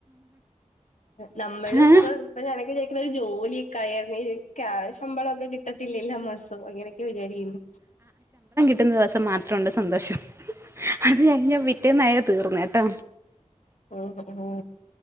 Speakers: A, on the left; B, on the right.
A: നമ്മള
B: ഏ?
A: ഇപ്പ ഇപ്പഴാണങ്കി വിചാരിക്ക്ണ ഒരു ജോലിയൊക്കെയാ ആയായിരുന്നെങ്കി ക്യാ ശമ്പളമൊക്കെ കിട്ട പില്ലല്ല എല്ലാ മാസോം അങ്ങനെയൊക്കെ വിചാരിക്കണ്ട്
B: കിട്ട്ന്ന ദിവസം മാത്രുണ്ട് സന്തോഷം അത് കിഞ്ഞാ പിറ്റേന്നായ തീർന്നേട്ടോ
A: ആഹ് ഉംഹ്